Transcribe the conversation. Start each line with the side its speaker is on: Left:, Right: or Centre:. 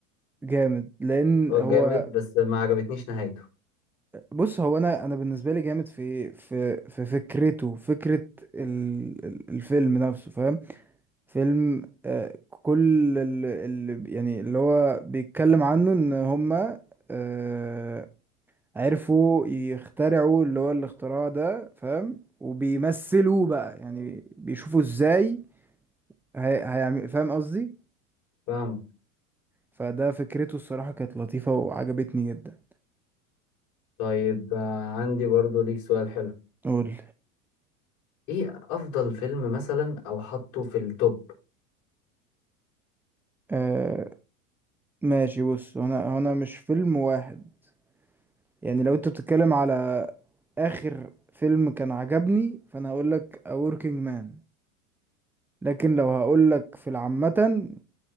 Centre: جامد لان
Left: هو
Centre: هو
Left: جامد بس ما عجبتنيش نهايته
Centre: بص هو انا انا بالنسبه لي جامد في في في فكرته فكره ال- ال- الفيلم نفسه فاهم فيلم آه كل اللي يعني اللي هو بيتكلم عنه ان هما آه عرفوا يخترعوا اللي هو الاختراع ده فاهم وبيمثلوه بقى يعني بيشوفوا ازاي هي- هيعمل فاهم قصدي
Left: فاهمك
Centre: فده فكرته الصراحه كانت لطيفه وعجبتني جدا
Left: طيب آه، عندي برضو ليك سؤال حلو
Centre: قول
Left: ايه افضل فيلم مثلا او حطه في التوب
Centre: آه ماشي بص هنا هنا مش فيلم واحد يعني لو انت بتتكلم على اخر فيلم كان عجبني فانا هقول لك A Working Man لكن لو هقول لك في العامة